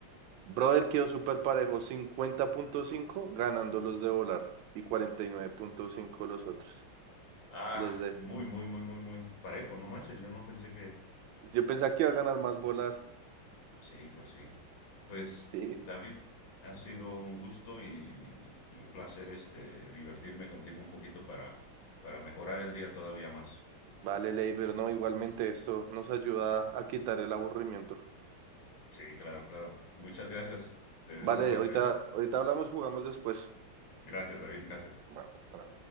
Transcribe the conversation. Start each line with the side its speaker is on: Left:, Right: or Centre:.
Right: Brother quedó súper parejo, cincuenta punto cinco ganando los de volar y cuarenta y nueve punto cinco los otros.
Left: Ah,
Right: Los de...
Left: muy, muy, muy, muy, muy parejo, no manches, yo no pensé que,
Right: Yo pensaba que iba a ganar más volar.
Left: Sí, pues sí. Pues,
Right: Sí.
Left: David, ha sido un gusto y, y un placer este divertirme contigo un poquito para, para mejorar el día todavía más.
Right: Vale, Leiber, no, igualmente esto nos ayuda a quitar el aburrimiento.
Left: Sí, claro, claro. Muchas gracias. Te deseo
Right: Vale,
Left: suerte,
Right: ahorita,
Left: ¿eh?
Right: ahorita hablamos, jugamos después.
Left: Gracias, David, gracias.
Right: Bueno,